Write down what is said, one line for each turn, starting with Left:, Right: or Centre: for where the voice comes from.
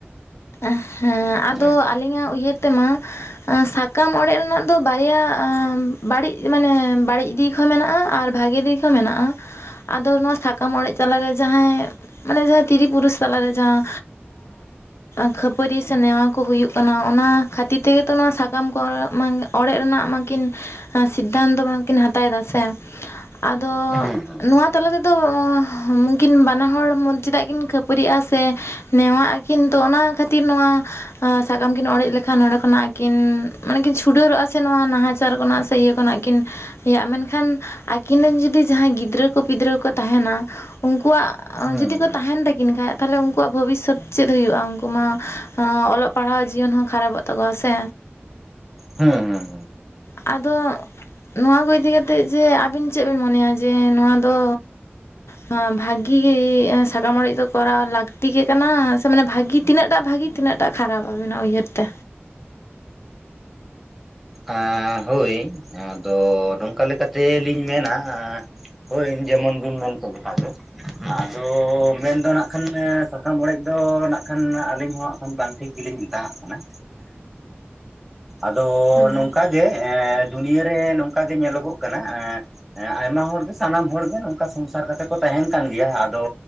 Left: ᱮ ᱦᱮᱸ ᱟᱫᱚ
Centre: ᱦᱳᱭ
Left: ᱟᱹᱞᱤᱧᱟᱜ ᱩᱭᱦᱟᱹᱨ ᱛᱮᱢᱟ ᱥᱟᱠᱟᱢ ᱚᱲᱮᱡ ᱨᱮᱱᱟᱜ ᱫᱚ ᱵᱟᱨᱭᱟ ᱵᱟᱲᱤᱡ ᱢᱟᱱᱮ ᱵᱟᱲᱤᱡ ᱫᱤᱠ ᱦᱚᱸ ᱢᱮᱱᱟᱜ-ᱟ ᱟᱨ ᱵᱷᱟᱜᱮ ᱫᱤᱠ ᱦᱚᱸ ᱢᱮᱱᱟᱜ-ᱟ ᱟᱫᱚ ᱱᱚᱣᱟ ᱥᱟᱠᱟᱢ ᱚᱲᱮᱡ ᱛᱟᱞᱟᱨᱮ ᱡᱟᱦᱟᱸᱭ ᱢᱟᱱᱮ ᱡᱟᱦᱟᱸ ᱛᱤᱨᱤ ᱯᱩᱨᱩᱥ ᱛᱟᱞᱟᱨᱮ ᱡᱟᱦᱟᱸ ᱠᱷᱟᱹᱯᱟᱹᱨᱤᱭᱟᱹ ᱥᱮ ᱱᱮᱣᱟᱜ ᱠᱚ ᱦᱩᱭᱩᱜ ᱠᱟᱱᱟ ᱚᱱᱟ ᱠᱷᱟᱹᱛᱤᱨ ᱛᱮᱜᱮ ᱛᱚ ᱱᱚᱣᱟ ᱥᱟᱠᱟᱢ ᱠᱚ ᱚᱲᱮᱡ ᱨᱮᱱᱟᱜ ᱢᱟᱠᱤᱱ ᱥᱤᱫᱽᱫᱷᱟᱱᱛᱚ ᱵᱟᱝᱠᱤᱱ ᱦᱟᱛᱟᱣ ᱮᱫᱟ ᱥᱮ ᱟᱫᱚ
Centre: ᱦᱩᱸ ᱦᱩᱸ
Left: ᱱᱚᱣᱟ ᱛᱟᱞᱟ ᱨᱮ ᱫᱚ ᱩᱱᱠᱤᱱ ᱵᱟᱱᱟ ᱦᱚᱲ ᱢᱚᱱ ᱪᱮᱫᱟᱜ ᱠᱤᱱ ᱠᱷᱟᱹᱯᱟᱹᱨᱤᱜ-ᱟ ᱥᱮ ᱱᱮᱣᱟᱜ ᱠᱤᱱ ᱛᱚ ᱚᱱᱟ ᱠᱷᱟᱹᱛᱤᱨ ᱱᱚᱣᱟ ᱦᱚ ᱥᱟᱠᱟᱢ ᱠᱤᱱ ᱚᱲᱮᱡ ᱞᱮᱠᱷᱟᱱ ᱱᱚᱸᱰᱮ ᱠᱷᱚᱱᱟᱜ ᱠᱤᱱ ᱢᱟᱱᱮ ᱠᱤᱱ ᱪᱷᱩᱰᱟᱹᱨᱚᱜ-ᱟ ᱥᱮ ᱱᱚᱣᱟ ᱱᱟᱦᱟᱪᱟᱨ ᱠᱷᱚᱱᱟᱜ ᱥᱮ ᱤᱭᱟᱹ ᱠᱷᱚᱱᱟᱜ ᱠᱤᱱ ᱤᱭᱟᱹᱜ-ᱟ ᱢᱮᱱᱠᱷᱟᱱ ᱟᱹᱠᱤᱱ ᱨᱮᱱ ᱡᱩᱫᱤ ᱡᱟᱦᱟᱸᱭ ᱜᱤᱫᱽᱨᱟᱹ ᱠᱚ ᱯᱤᱫᱽᱨᱟᱹ ᱠᱚ ᱛᱟᱦᱮᱱᱟ ᱩᱱᱠᱩᱣᱟᱜ
Centre: ᱦᱩᱸ
Left: ᱡᱩᱫᱤ ᱠᱚ ᱛᱟᱦᱮᱱ ᱛᱟᱹᱠᱤᱱ ᱠᱷᱟᱡ ᱛᱟᱦᱚᱞᱮ ᱩᱱᱠᱩᱣᱟᱜ ᱵᱷᱚᱵᱤᱥᱚᱛ ᱪᱮᱫ ᱦᱩᱭᱩᱜ-ᱟ ᱩᱱᱠᱩ ᱢᱟ ᱚᱞᱚᱜ ᱯᱟᱲᱦᱟᱜ ᱡᱤᱭᱚᱱ ᱦᱚᱸ ᱠᱷᱟᱨᱟᱯᱚᱜ ᱛᱟᱠᱚᱣᱟ ᱥᱮ
Centre: ᱦᱮᱸ ᱦᱮᱸ
Left: ᱟᱫᱚ ᱱᱚᱣᱟ ᱠᱚ ᱤᱫᱤ ᱠᱟᱛᱮᱫ ᱡᱮ ᱟᱵᱮᱱ ᱪᱮᱫ ᱵᱮᱱ ᱢᱚᱱᱮᱭᱟ ᱡᱮ ᱱᱚᱣᱟ ᱫᱚ ᱱᱚᱣᱟ ᱵᱷᱟᱜᱮ ᱜᱮ ᱥᱟᱠᱟᱢ ᱚᱲᱮᱡ ᱫᱚ ᱠᱚᱨᱟᱣ ᱞᱟᱹᱠᱛᱤ ᱜᱮ ᱠᱟᱱᱟ ᱥᱮ ᱢᱟᱱᱮ ᱵᱷᱟᱜᱤ ᱛᱤᱱᱟᱹᱜ ᱴᱟᱜ ᱵᱷᱟᱜᱮ ᱛᱤᱱᱟᱹᱜ ᱴᱟᱜ ᱠᱷᱟᱨᱟᱯᱟ ᱟᱵᱤᱱᱟᱜ ᱩᱭᱦᱟᱹᱨ ᱛᱮ
Centre: ᱟᱻ ᱦᱳᱭ ᱟᱫᱚ ᱱᱚᱝᱠᱟ ᱞᱮᱠᱟᱛᱮ ᱞᱤᱧ ᱢᱮᱱᱟ ᱦᱳᱭ ᱡᱮᱢᱚᱱ ᱵᱤᱱ ᱢᱮᱱ ᱠᱮᱫ ᱞᱮᱠᱟ ᱜᱮ ᱟᱫᱚ ᱢᱮᱱᱫᱚ ᱱᱟᱜ ᱠᱷᱟᱱ ᱥᱟᱠᱟᱢ ᱚᱲᱮᱡ ᱫᱚ ᱱᱟᱜ ᱠᱷᱟᱱ ᱟᱹᱞᱤᱧ ᱦᱚᱸᱦᱟᱜ ᱮᱠᱷᱟᱱ ᱵᱟᱝ ᱴᱷᱤᱠ ᱜᱤᱞᱤᱧ ᱢᱮᱛᱟᱣᱟᱜ ᱠᱟᱱᱟ ᱟᱫᱚ
Left: ᱦᱩᱸ
Centre: ᱱᱚᱝᱠᱟᱜ ᱜᱮ ᱫᱩᱱᱭᱟᱹᱨᱮ ᱱᱚᱝᱠᱟ ᱜᱮ ᱧᱮᱞᱚᱜᱚᱜ ᱠᱟᱱᱟ ᱦᱮᱸ ᱟᱭᱢᱟ ᱦᱚᱲᱜᱮ ᱥᱟᱱᱟᱢ ᱦᱚᱲᱜᱮ ᱱᱚᱝᱠᱟ ᱥᱚᱝᱥᱟᱨ ᱠᱟᱛᱮᱜ ᱠᱚ ᱛᱟᱦᱮᱱ ᱠᱟᱱ ᱜᱮᱭᱟ ᱟᱫᱚ